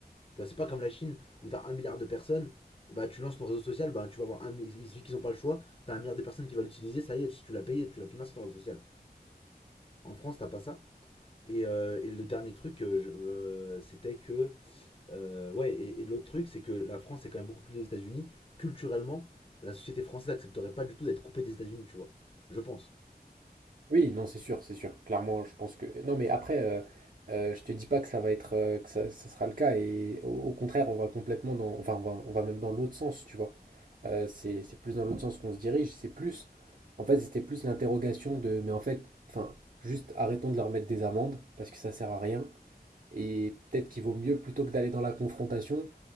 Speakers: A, on the left; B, on the right.
A: Tu vois, c'est pas comme la Chine où tu as un milliard de personnes, bah tu lances ton réseau social, bah tu vas avoir un, mi- il suffit qu'ils ont pas le choix, tu as un milliard de personnes qui va l'utiliser, ça y est, si tu l'as payé, tu l'as financé ton réseau social. En France, t'as pas ça. Et, euh, et le dernier truc, euh, euh, c'était que euh, ouais, et, et l'autre truc, c'est que la France est quand même beaucoup plus les États-Unis. Culturellement, la société française n'accepterait pas du tout d'être coupée des États-Unis, tu vois. Je pense.
B: Oui, non, c'est sûr, c'est sûr. Clairement, je pense que. Non, mais après, euh, euh, je te dis pas que ça va être, euh, que ça, ça sera le cas. Et au, au contraire, on va complètement dans, enfin, on va, on va même dans l'autre sens, tu vois. Euh, c'est, c'est plus dans l'autre sens qu'on se dirige. C'est plus, en fait, c'était plus l'interrogation de, mais en fait, enfin, juste arrêtons de leur mettre des amendes parce que ça sert à rien. Et peut-être qu'il vaut mieux plutôt que d'aller dans la confrontation,